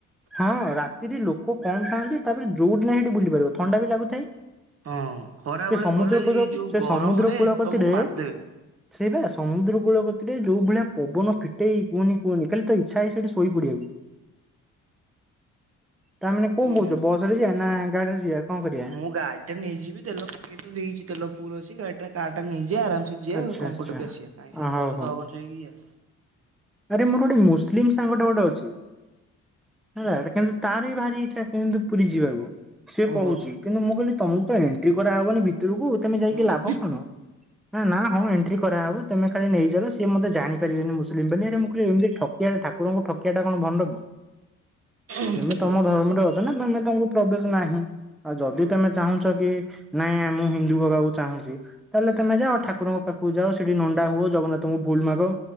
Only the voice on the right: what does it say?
ହଁ ଖରା
ବେଳେ
ଗଲେ
ଏଇ ଯୋଉ
ଗରମରେ
ତମକୁ ମାରିଦେବେ।
ହୁଁ।
ମୁଁ ଗାଡି ଟା ନେଇଯିବି ତେଲ ପକେଇ ତ ଦେଇଛି ତେଲ ଫୁଲ ଅଛି ଗାଡି ଟା କାର ଟା ନେଇଯିବା ଆରାମସେ ଯିବା
କମ୍ଫର୍ଟେବଲ
ଆସିବା କାଇଁ ସେ
ବସ
ଦହ ଗେଞ୍ଜ ହେଇକି ଯିବା
ଓହୋ
ହଁ
ହୁଁ
ହୁଁ।